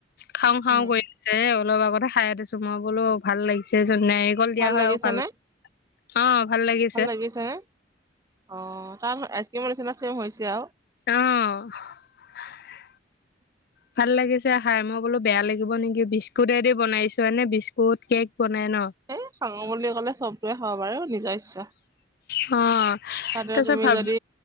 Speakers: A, on the left; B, on the right.
A: খাওঁ খাওঁ
B: উম
A: কৰি এ অলপ আগতে খাই উঠিছো মই বোলো ভাল লাগিছে চোন নাৰিকল দিয়া হয়
B: লাগিছে
A: আৰু ভাল
B: নে
A: লাগিল অ ভাল লাগে
B: ভাল লাগিছে অ তাত আইচক্ৰীমৰ নিচিনা চেম হৈছে আৰু
A: অ
B: <inaudible>
A: ভাল লাগিছে হাই ম। মই বোলো বেয়া লাগিব নেকি। বিস্কুটেদি বনাইছো। এনে বিস্কুট কেক বনাই ন!
B: এই খাঙ বুলি ক'লে চবটোৱে খাব পাৰে। নিজৰ ইচ্ছা।
A: অ'।
B: তাতে
A: তাৰপিছত
B: তুমি
A: ভাব
B: যদি